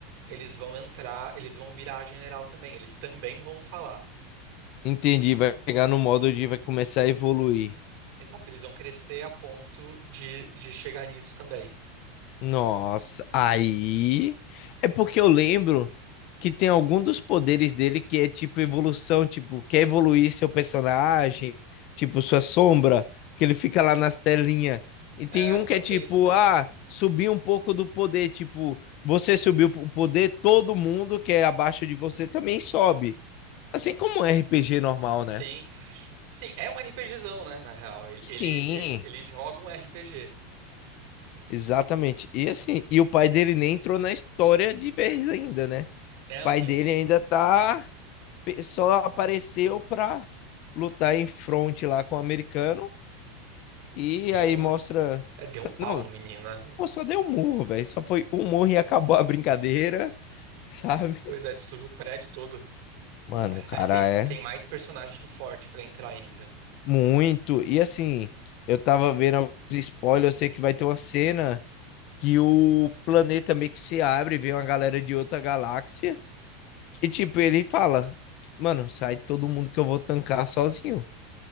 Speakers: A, on the right (about 50°); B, on the left (about 35°).
A: eles vão entrar, eles vão virar general também, eles também vão falar.
B: Entendi, vai chegar no modo de vai começar a evoluir.
A: Exato, eles vão crescer a ponto de, de chegar nisso também.
B: Nossa, aí é porque eu lembro que tem algum dos poderes dele que é tipo evolução, tipo, quer evoluir seu personagem, tipo sua sombra, que ele fica lá nas telinhas. E tem
A: É,
B: um
A: pode
B: que é tipo,
A: ser isso mesmo.
B: ah, subir um pouco do poder, tipo, você subiu o poder, todo mundo que é abaixo de você também sobe. Assim como um RPG normal,
A: Sim.
B: né?
A: Sim, é um RPGzão, né, na real. Ele,
B: Sim,
A: ele, ele joga um RPG,
B: exatamente. E assim, e o pai dele nem entrou na história de vez ainda, né?
A: né?
B: pai
A: Tem
B: dele
A: um,
B: ainda tá. Só apareceu pra lutar em fronte lá com o americano. E
A: deu
B: aí
A: um,
B: mostra.
A: é, deu
B: <laughs>
A: um pau
B: Não,
A: no menino, né? do-
B: pô, só deu um murro, velho. Só foi um murro e acabou a brincadeira, <laughs> sabe?
A: Pois é, destruiu o prédio todo. Como,
B: Mano, o cara
A: é, tem,
B: é
A: tem mais personagem forte pra entrar ainda.
B: muito. E assim, eu tava vendo alguns spoilers. Eu sei que vai ter uma cena que o planeta meio que se abre, vem uma galera de outra galáxia. E tipo, ele fala: Mano, sai todo mundo que eu vou tancar sozinho.